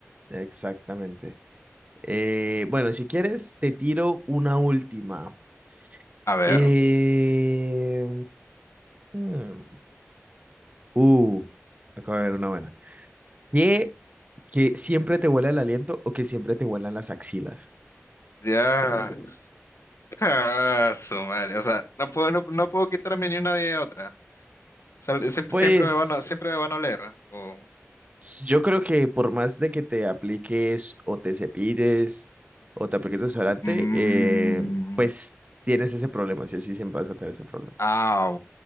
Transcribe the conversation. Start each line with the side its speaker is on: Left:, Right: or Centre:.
Right: exactamente. Eh, bueno, si quieres, te tiro una última.
Left: A ver,
Right: Eh, hmm, uh, acabo de ver una buena. ¿Qué, que siempre te huele el aliento o que siempre te huelan las axilas?
Left: ya. <laughs> Ah, su madre. O sea, no puedo, no, no puedo quitarme ni una de otra. O sea, siempre,
Right: Pues
Left: siempre me van a, siempre me van a oler. O...
Right: s- yo creo que por más de que te apliques o te cepilles o te apliques desodorante,
Left: Mm.
Right: eh, pues tienes ese problema, sí o sí siempre vas a tener ese problema.
Left: Ah,